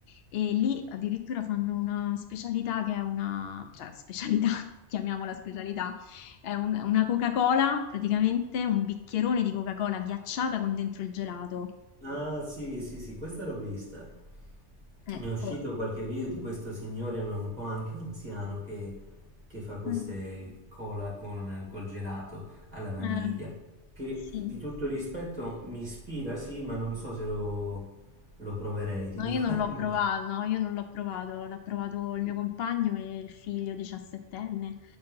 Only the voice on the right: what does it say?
Ah, sì, sì, sì, questa l'ho vista. Ne
è uscito qualche video di questo signore, ma un po' anche anziano, che, che fa queste
cola con, col gelato alla vaniglia.
Che
di tutto rispetto mi ispira, sì, ma non so se lo, lo proverei, ti
dico
la verità.